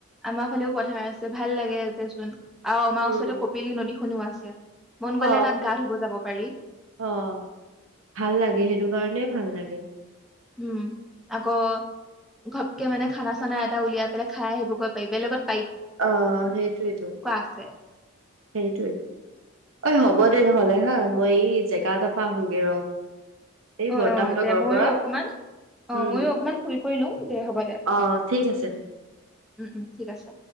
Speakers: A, in the centre; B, on the right (about 80°).
A: আমাৰ ফালেও পথাৰ আছে ভাল লাগেতেচোন আৰু আমাৰ
B: উম
A: ওচৰতে কপিলি নদী শুনোৱা আছে মন
B: অ
A: গ'লে তাত গা ধুব যাব পাৰি
B: অ ভাল লাগে সেইটো কাৰণে ভাল লাগে
A: উম আকৌ ঘপকে মানে খানা চানা এটা উলিয়াই পেলাই খাই আহিবগৈ পাৰি বে লগত
B: অ সেইটোোৱেইটো
A: আছে।
B: সেইটোোৱে অ হ'ব দে নহ'লে হা মই এই জেগা এ পাহোগৈ ৰ এই
A: অ
B: বৰ্তাহঁতৰ
A: অ দে
B: ঘৰৰ
A: ময়ো
B: পৰা
A: অকমান অ
B: উম
A: ময়ো অকমান শুই কৰি লওঁ দে হ'ব দে
B: অ ঠিক আছে
A: উম উম ঠিক আছে